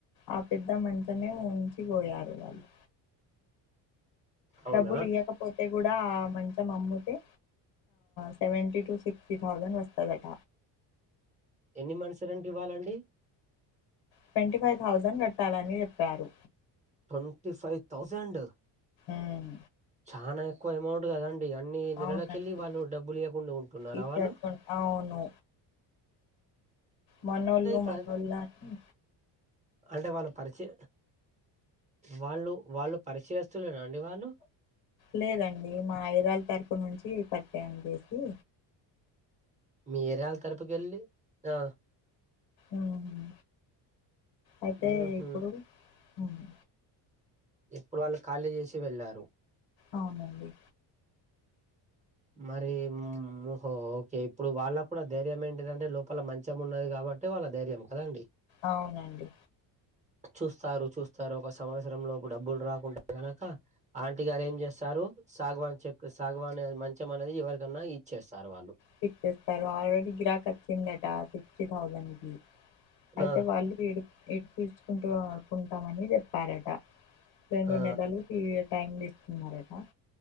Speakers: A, on the left; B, on the right.
A: ఆ పెద్ద మంచమే ఉంచిపోయారు వాళ్లు
B: అవునా
A: డబ్బులు ఇయకపోతే గూడ ఆ మంచం అమ్ముతే సెవెన్టి టూ సిక్స్టీ థౌజండ్ వస్తదాట
B: ఎన్ని మంత్స్ రెంట్ ఇవ్వాలండి
A: ట్వంటీ ఫైవ్ థౌజండ్ గాట్టాలని జేప్పారు
B: ట్వంటీ ఫైవ్ థౌజండ్
A: ఉమ్
B: చానా ఎక్కువ అమౌంట్ గాదండి అన్ని నెలలకెళ్ళి
A: అవునండి
B: వాళ్లు డబ్బులు ఇయకుండా ఉంటున్నారా
A: ఇవ్వకుండా.
B: వాళ్లు
A: అవును మనోళ్ళు
B: ప్ర
A: మనోళ్ళు అనీ
B: అంటే వాళ్లు పరిచ్య వాళ్లు వాళ్లు పరిచ్యస్తులేనడి వాళ్లు
A: లేదండి మా ఏరాలు తరపు నుంచి పరిచయం జేసీ
B: మీ ఏరాలు తరపుకేళ్ళి ఆ
A: ఉమ్మ్ అయితే
B: ఊహూ
A: ఇప్పుడు ఉమ్మ్
B: ఎప్పుడు వాళ్లు ఖాళీ జేసి వెళ్లారు
A: అవునండి
B: మరీ మోహో ఓకే ఇప్పుడు వాళ్ల కూడా ధైర్యం ఏంటిదంటే లోపల మంచం ఉన్నది గాబట్టి ట్టే వాళ్ల ధైర్యం కాదండి
A: అవునండి
B: చూస్తారు చూస్తారు ఒక సంవత్సరం లోపు డబ్బులు రాకుంటే కనక. ఆంటీ గారు ఏం చేస్తారు? సాగవాన్ చెక్ సాగవాన్ మంచి అంటే మనది ఎవరికన్నా ఇచ్చేస్తారు వాళ్ళు.
A: పిక్ చేస్తారు. ఆల్రెడీ గిరాక్ వచ్చిందట సిక్స్టీ థౌజండ్ కి. అయితే
B: ఆ
A: వాళ్ళు వీడు నేర్పించుకుంటామని చెప్పారట. రెండు
B: ఆ
A: నెలలుకి టైం తీసుకున్నారట